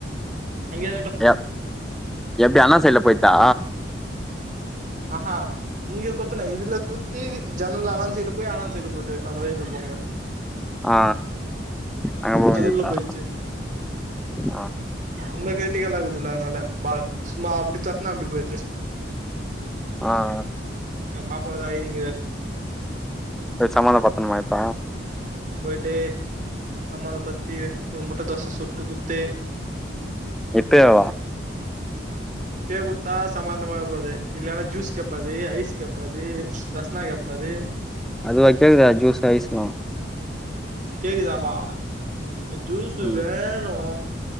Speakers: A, on the right (about 45°); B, in the centre.
A: அங்கியே இகுட்டு
B: எ எப்டி அண்ணாசைல்ல போயிட்டா
A: ஆஹா இங்க குத்தன இதுல குத்தி ஜன்னல்ல அனான் சைட்ல போய் அனான் சைட்ல போய்ட் டு அந்த வயில்ல போங்க
B: ஆ அங்க
A: அப்ப
B: போ வேண்டியதா
A: அது உள்ள போயிட்ச்சு
B: ஆ
A: ரொம்ப கிரிட்டிக்கலா இக்குதுல அனால பால் சும்மா அப்டி தட்னா அப்டி போயிது
B: ஆ அ
A: எ பாப்பாவ தா ஐடிங்
B: போய் சமாதானப்படுத்தனுமா இப்ப
A: போய்ட்டு சமாதபத்தி ஒரு முட்ட தோச சுட்டு குத்து
B: இப்பயாவா
A: இப்பயே குத்தா சமாதானமாபது இல்லன்னா ஜூஸ் கேப்பா அது ஐஸ் கேப்பா அது ரஸ்னா கேப்பா அது
B: அதுவா கேக்குது ஜூஸ் ஐஸ்லா
A: கேக்குதாப்பா என் ஜூஸு
B: ம்
A: வேணு